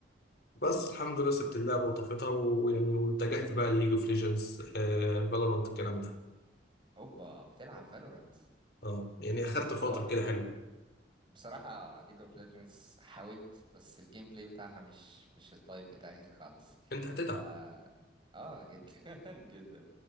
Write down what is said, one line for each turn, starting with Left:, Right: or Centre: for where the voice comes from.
Left: بس الحمد لله سبت اللعبة وطفيتها ويعني واتجهت بقى لليج اوف ليجندز آه فالورانت الكلام ده
Right: اوبا بتلعب فالورانت
Left: اه يعني أخدت فترة
Right: هو
Left: كده حلوة
Right: بصراحة ليج اوف ليجندز حاولت بس الجيم بلاي بتاعها مش مش التايب بتاعي خالص
Left: أنت هتتعب
Right: ف... اه جدا <laughs> جدا